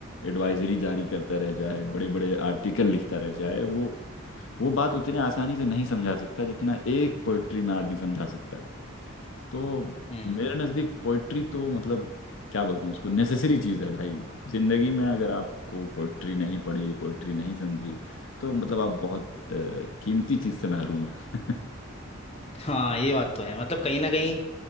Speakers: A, on the left; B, on the left.
A: एडवाइजरी जारी करता रह जाए बड़े बड़े आर्टिकल लिखता रह जाए वो वो बात उतनी आसानी से नहीं समझा सकता जितना एक पोइट्री में आदमी समझा सकता है तो
B: हम्म
A: मेरे नज़दीक पोइट्री तो मतलब क्या बोलते हैं उसको नेसेसरी चीज़ है भाई जिंदगी में अगर आपको पोइट्री नहीं पढ़ी पोइट्री नहीं समझी तो मतलब आप बहुत अ, कीमती चीज़ से महरूम है
B: हाँ ये बात तो है मतलब कहीं ना कहीं